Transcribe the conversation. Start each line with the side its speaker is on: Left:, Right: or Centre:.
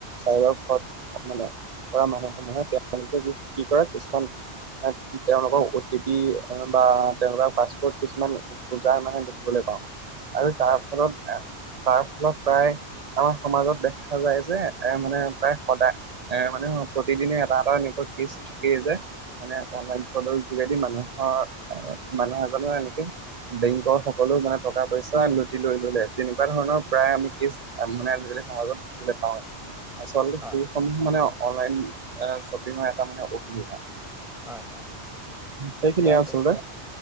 Right: চাইবাৰ ফ্ৰদ মানে। কৰা মানুহ সমূহে তেওঁলোকে কি কি কৰে কিছুমান তেওঁলোকৰ অ' টি পি বা তেওঁলোকৰ পাছপোৰ্ট কিছুমান খোজা মানে দেখিবলৈ পাওঁ, আৰু
Centre: হয়
Right: তাৰ ফলত প্ৰায় আমাৰ সমাজত দেখা যায় যে, এ মানে প্ৰায় সদায় এ মানে মানে প্ৰতিদিনে এটা এটা এনেকুৱা কেছ থাকিয়ে, যায় মানে অনলাইন ফ্ৰডৰ যোগেদি মানুহৰ আহ, মানুহ এজনৰ এনেকে বেংকৰ সকলো মানে টকা পইচা লুটি লৈ ল'লে তেনেকুৱা ধৰণৰ প্ৰায় আমি কেচ মানে আজিকালি সমাজত দেখিবলৈ পাওৱেই। আচলতে
Centre: হয়
Right: সেইসমূহ মানে অনলাইন শ্বপিঙৰ এটা মানে অসুবিধা।
Centre: হয়, হয়,
Right: সেইখিনিয়ে
Centre: এতিয়া
Right: আচলতে
Centre: তুমি